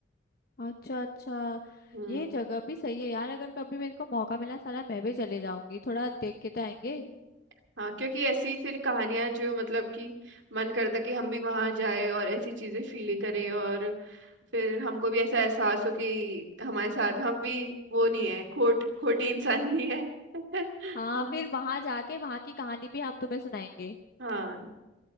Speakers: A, on the left; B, on the right.
A: अच्छा अच्छा
B: हम्म
A: ये जगह भी सही है यार अगर कभी मेरे को मौका मिला साला मैं भी चले जाऊंगी थोड़ा देख के तो आएंगे
B: हम्म। हाँ क्योंकि ऐसी फिर कहानियां जो मतलब कि मन करता कि हम भी वहां जाए और ऐसी चीजें फील करें और फिर हमको भी ऐसा एहसास हो कि हमारे साथ हम भी वो नहीं है खोट खोटी इंसान नहीं है <laughs>
A: हाँ फिर वहां जाके वहां की कहानी भी हम तुम्हें सुनाएंगे
B: हाँ